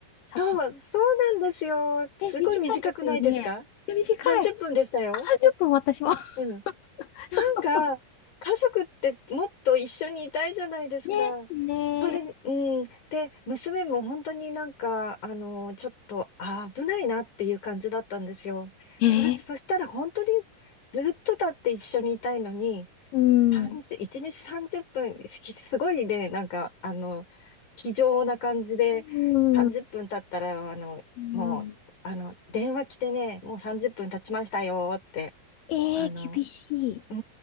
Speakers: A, on the left (about 75°); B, on the left (about 60°).
A: 佐藤
B: そう、そうなんですよ。すごい短くないですか
A: え、短いですよね。え短い。
B: ?30 分でしたよ。
A: あ、30分私も。<laughs>
B: うん。なんか、
A: そうそうそ
B: 家族ってもっと一緒にいたいじゃないですか。
A: う。ね、ね
B: それ、うん。で、娘も本当になんか、あの、ちょっと、あー危ないなっていう感じだったんですよ。
A: え。
B: それ、そしたら本当に
A: えー、
B: ずっとだって一緒にいたいのに、
A: うん。
B: 30、1日30分、すすごいね、なんか、あの、気丈な感じで、
A: うん。
B: 30分経ったら、あの、
A: うん。
B: もう、あの、電話来てね、もう30分経ちましたよって、
A: えー、
B: あの、
A: 厳し
B: う